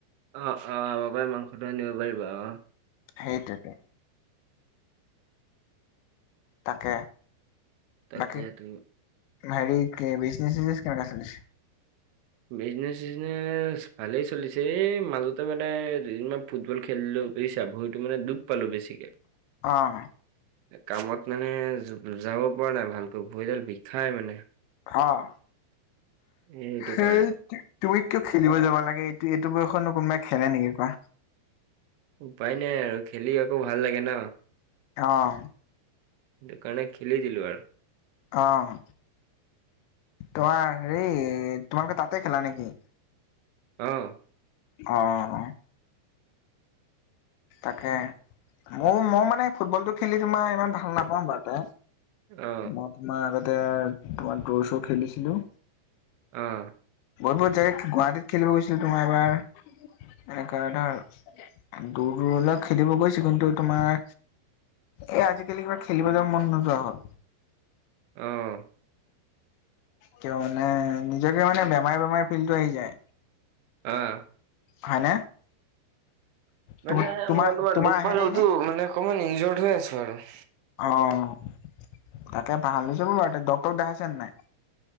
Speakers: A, on the right; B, on the left.
A: অ, অ, বাবাই মাংসটো আনিব পাৰিব অঁ।
B: সেইটোৱেইতো। তাকে।
A: তাকেতু।
B: বাকী হেৰি কি বিজনেছ-চিজনেছ কেনেকুৱা চলিছে?
A: বিজনেচ-চিজনেচ ভালেই চলিছে, এই মাজতে মানে দুদিনমান ফুটবল খেলিলোঁ বুজিছা, ভৰিটো মানে দুখ পালোঁ বেছিকৈ।
B: অহ।
A: কামত মানে য যাব পৰা নাই ভালকৈ, ভৰিডাল বিষাই মানে।
B: অহ
A: এই সেইটো
B: সেই
A: কাৰণে
B: তুমি কিয় খেলিব যাব লাগে, এইটো-এইটো বয়সত ন কোনোবাই খেলে নেকি কোৱা?
A: উপায় নাই আৰু, খেলি আকৌ ভাল লাগে ন।
B: অহ।
A: সেইকাৰণে খেলি দিলো আৰু।
B: অহ, তোমাৰ হেৰি তোমালোকে তাতে খেলা নেকি?
A: অহ।
B: অহ। তাকে মই, মই মানে ফুটবলটো খেলি তোমাৰ ইমান ভাল নাপাওঁ বাৰুতে।
A: অ
B: মই তোমাৰ আগতে তোমাৰ দৌৰ-চ'ৰ খেলিছিলো।
A: অঁ।
B: বহুত-বহুত জেগাত গুৱাহাটীত খেলিব গৈছিলো, তোমাৰ এবাৰ। এনেকুৱা ধৰ দূৰ-দূৰলৈ খেলিব গৈছো, কিন্তু তোমাৰ এ আজিকালি কিবা খেলিবলে যাব মন নোযোৱা হ'ল।
A: অ'।
B: কিয় মানে নিজকে মানে বেমাৰি বেমাৰি ফিল্টো আহি যায়।
A: অহ'।
B: হয়নে?
A: মানে
B: তোমাৰ
A: মই তোমাৰ দুখ
B: আহে
A: পালো
B: নে এনে?
A: টো, মানে অকমান ইন্জিঅৰ হৈ আছো আৰু।
B: অঁ' তাকে ভাল হৈ যাব বাৰু, এতিয়া ডক্টৰক দেখাইছা নে নাই?